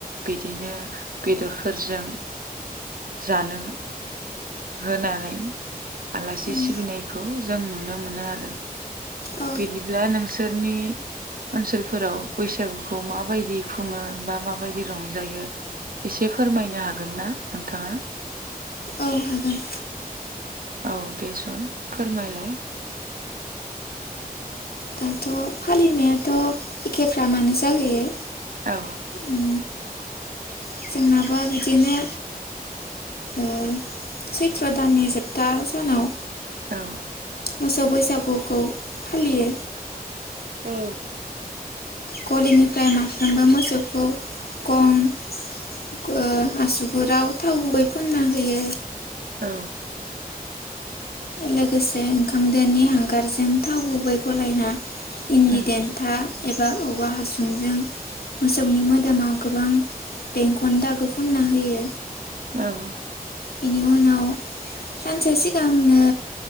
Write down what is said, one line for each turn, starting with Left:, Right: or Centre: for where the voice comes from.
Right: बिदिनो बेदर फोरजों जानो होनानै आलासि
Left: उम
Right: सिबिनायखौ जों नुनो मोनो आरो
Left: औ
Right: बिदिब्ला नोंसोरनि ओनसोलफोराव बैसागुखौ माबायदि खुङो बा माबायदि रंजायो एसे बे फोरमायनो हागोन ना नोंथाङा?
Left: औ हागोन।
Right: औ दे सन फोरमायलाय।
Left: दाथ' फालिनायाथ' एखेफ्रामानो जाहैयो।
Right: औ।
Left: उम जोंनाबो बिदिनो ओ सैथ्र' दाननि जोबथा सानाव
Right: औ।
Left: मोसौ बैसागुखौ फालियो।
Right: औ।
Left: गलिनिफ्राय माफ्रोमबो मोसौखौ गं ओ आसुगुराव थाव गुबै फुनना होयो।
Right: औ।
Left: लोगोसे ओंखामदोनि हांगारजों थाव गुबै गलायना इन्दि
Right: उम
Left: देन्था। एबा औवा हासुंजों मोसौनि मोदोमाव गोबां बेंखन दागो फुनना होयो
Right: औ
Left: बेनि उनाव सानसे सिगांनो